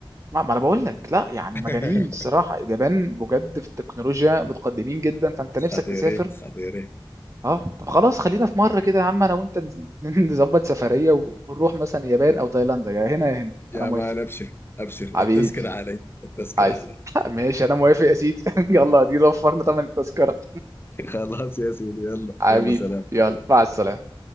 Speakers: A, on the right; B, on the left.
A: ما ما انا بقول لك لا يعني
B: <laughs>
A: مجانين الصراحه اليابان بجد في التكنولوجيا متقدمين جدا فانت
B: خطيرين
A: نفسك تسافر
B: خطيرين
A: اه طب خلاص خلينا
B: خطيرين
A: في مره كده يا عم انا وانت نز- <laughs> نظبط سفريه ونروح مثلا اليابان او تايلاند يا هنا يا هنا
B: يا
A: انا موافق
B: مان ابشر ابشر
A: حبيبي
B: التذكرة علي التذكرة
A: عايز
B: علي <laughs>
A: <laughs> ماشي انا موافق يا سيدي <laughs> يلا دي وفرنا ثمن التذكره
B: خلاص يا سيدي يلا
A: حبيبي
B: يلا سلام
A: يلا مع السلامه